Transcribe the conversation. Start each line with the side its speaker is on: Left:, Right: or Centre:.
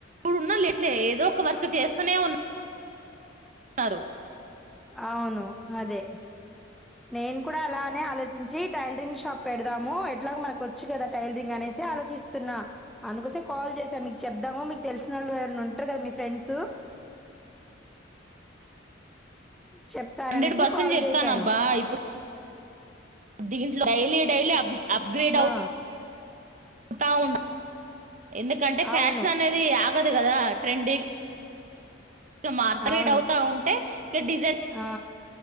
Right: ఉన్నానిట్లే ఏదో ఒక వర్క్ చేస్తానే ఉన్నారు.
Centre: అవును అదే నేను కూడా అలానే ఆలోచించి టైలరింగ్ షాప్ పెడదాము ఎట్లాగు మనకు వచ్చు కదా టైలరింగ్ అని చే ఆలోచిస్తున్నా అందుకోసమె కాల్ చేసా మీకు చెప్దాము మీకు తెలిసిన వాళ్ళు ఎవరని ఉంటారు కదా మీ ఫ్రెండ్స్ <inaudible> చెప్తారానేసే
Right: హండ్రెడ్ పర్సెంట్
Centre: కాల్
Right: చెప్తానబ్బా
Centre: చేసాను.
Right: ఇప్పుడు దీంట్లో డైలీ డైలీ అబ్ అబగ్ర్డ్ అవు
Centre: ఆ
Right: త ఉన్ ఎందుకంటే ఫ్యాషన్
Centre: అవును
Right: అనేది ఆగదు కదా ట్రెండీ మార్త అబిగ్రిడ్
Centre: అవును
Right: అవుతా ఉంటే ఇక్క డిజైన్
Centre: ఆ